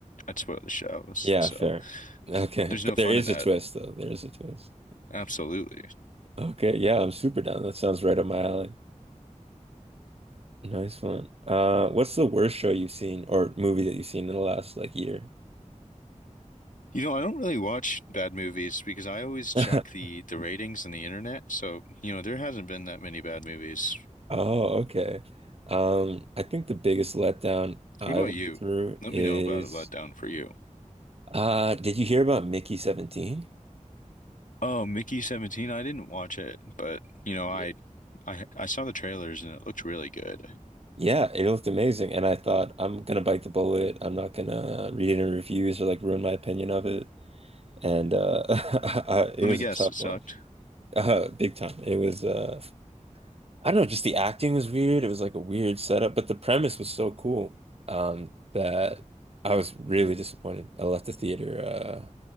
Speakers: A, on the left; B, on the right.
A: I'd spoil the show. So
B: Yeah, fair. Okay.
A: there's
B: But
A: no fun
B: there is
A: in that.
B: a twist though. There is a twist.
A: Absolutely.
B: Okay. Yeah, I'm super down. That sounds right up my alley. Nice one. Uh, what's the worst show you've seen or movie that you've seen in the last like year?
A: You know, I don't really watch bad movies because I always check
B: <laughs>
A: the the ratings on the internet. So, you know, there hasn't been that many bad movies.
B: Oh, okay. Um, I think the biggest letdown I
A: What about
B: went
A: you?
B: through
A: Let
B: is
A: me know about a letdown for you.
B: uh did you hear about Mickey 17?
A: Oh, Mickey 17, I didn't watch it, but you know,
B: Yeah.
A: I I I saw the trailers and it looked really good.
B: Yeah, it looked amazing and I thought I'm gonna bite the bullet. I'm not gonna read any reviews or like ruin my opinion of it. And uh <laughs> it
A: Let
B: was
A: me guess,
B: a tough
A: it sucked.
B: watch. Uh big time. It was uh I don't know, just the acting was weird. It was like a weird setup, but the premise was so cool um, that I was really disappointed. I left the theater uh,